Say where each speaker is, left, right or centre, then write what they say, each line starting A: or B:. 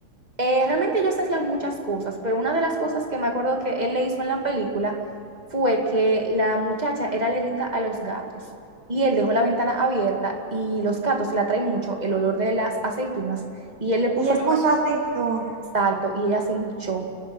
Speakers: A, on the right; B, on the right.
A: eh, realmente ellos hacían muchas cosas, pero una de las cosas que me acuerdo que él le hizo en la película fue que la muchacha era alérgica a los gatos y él dejó la ventana abierta y los gatos la atraen mucho el olor de las aceitunas y él le puso
B: Y él puso aceituna.
A: Exacto, y ella se hinchó.